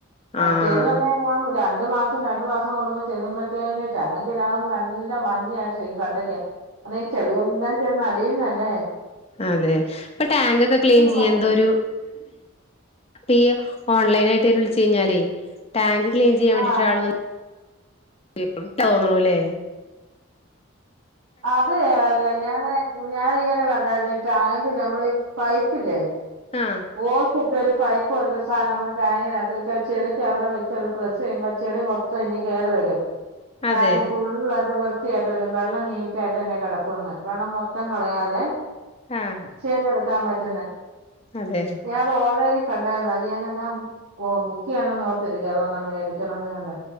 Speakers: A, on the right; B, on the left.
A: മറ്റേന്ന്
B: ആഹ്
A: പിന്നെ ഞാൻ രണ്ട് മാസം രണ്ട് മാ സം കൂടുമ്പോ ചെല്ലുമ്പത്തേന് ടാഗ് ടാം നല്ല മഞ്ഞായിട്ടിരിക <unintelligible> ചെളിയെല്ലാം ചെന്ന <unintelligible> ന്നല്ലേ
B: ആലെ ഇപ്പൊ ടാങ്കൊക്കെ ക്ലീൻ ചെയ്യാൻ
A: മതി
B: ന്തോരു പി ഓൺലൈനായിട്ട് ഓല് വിളിച് കയ്ഞാലെ ടാങ്ക് ക്ലീൻ ചെയ്യാൻ വേണ്ടിട്ട്
A: ആഹ്
B: ഒരാള് വ <unintelligible> ട്ടാവും തോന്നണല്ലേ
A: അത് അല്ല ഞാന് ഞാനിങ്ങനെകണ്ടായിരുന്നു ടാങ്ക് ലെ നമ്മളെ ഈ പൈപ്പില്ലേ
B: ആഹ്
A: ഓ ക്ക്ട്ടൊ ഒരു പൈപ്പ് പോലത്തെ ഒരു സാനം നമ്മള് ടാങ്ങിനകത്ത് വെച്ച് ചെളിക്ക് അവിടെ വെച്ച് അത് പ്രസ്സെയ്യുമ്പോ ചെളി മൊത്തം ഇങ് കേറി വരും ടാങ്ക്
B: അതെ
A: ഫുള്ളായിട്ട് വൃ ത്യായിട്ട് വരും വെള്ളം നീറ്റായിട്ട് തന്നെ കെടക്കൊന്ന് വെള്ളം മൊത്തം കളയാതെ
B: ആഹ്
A: ചെവിയടക്കാം പറ്റുന്നെ
B: അതെ
A: ഞാൻ ഇത് ഓൺല യിനിൽ കണ്ടായിരുന്നു അത് ഞാനാ ന്നാആ ബുക്ക് ചെയ്യണം ഓർത്തിരിക്ക അതൊരെണ്ണം മേടിക്കണംന്ന് കണ്ട്